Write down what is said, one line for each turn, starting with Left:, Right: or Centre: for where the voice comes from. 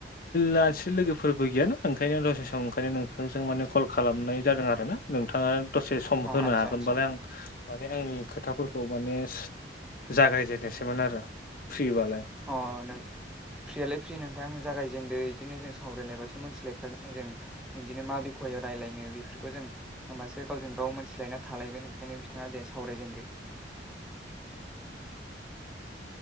Left: लासि लोगोफोरबो गैयाना। ओंखायनो दसे ओंखायनो नोंथांजों माने कल खालामनाय जादों आरो ना। नोंथांङा दसे सम
Centre: अ
Left: होनो
Centre: आदसा
Left: हागोनबालाय
Centre: आदसा
Left: आं माने आंनि खोथाफोरखौ माने जागायजेननोसैमोन आरो फ्रिबालाय।
Centre: अ नों फ्रियालाय फ्रि नोंथां जागायजेनदों बिदिनो जों सावरायलायबासो मोनथिलायखागोन जों। बिदिनो मा बिख'याव रायलायनो बेफोरखौ जों होमबासो गावजों गाव मोनथिलायना थालायगोन ओंखायनो बिथांङा दे सावरायजेनदो।